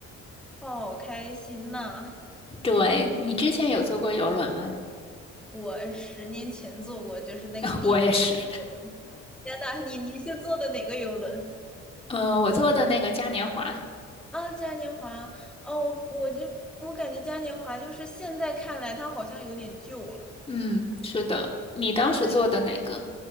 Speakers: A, in the centre; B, on the left (about 20°).
A: 好开心呐！
B: 对，你之前有坐过游轮吗？
A: 我十年前坐过，就是那个地质
B: <laughs> 我也是，
A: 游轮，天呐，你你是坐的哪个游轮？
B: 嗯，我坐的那个嘉年华，
A: 啊，嘉年华，哦，我我就我感觉嘉年华就是现在看来它好像有点旧了，
B: 嗯，是的，你当时坐的哪个？
A: 它好像